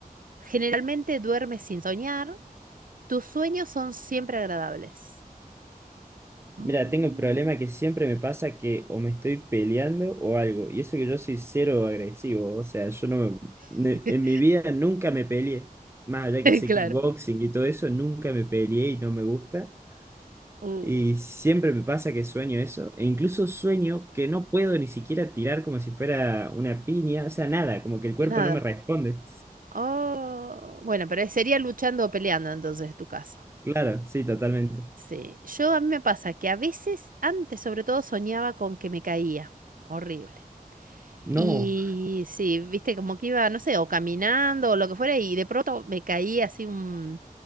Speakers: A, on the right; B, on the right.
A: Generalmente duermes sin soñar, tus sueños son siempre agradables. Mm.
B: Mira, tengo un problema que siempre me pasa que o me estoy peleando o algo. Y eso que yo soy cero agresivo. O sea, yo no, ne-
A: <laughs>
B: en mi vida nunca me peleé. Más allá que hice
A: Claro.
B: kickboxing y todo eso, nunca me peleé y no me gusta.
A: Uh,
B: Y siempre me pasa que sueño eso. E incluso sueño que no puedo ni siquiera tirar como si fuera una piña. O sea, nada, como que el cuerpo
A: nada.
B: no me responde.
A: Oh, bueno, pero sería luchando o peleando entonces tu caso.
B: Claro, sí, totalmente.
A: Sí, yo a mí me pasa que a veces, antes sobre todo, soñaba con que me caía. Horrible.
B: No,
A: Y sí, viste, como que iba, no sé, o caminando o lo que fuera, y de pronto me caía así un,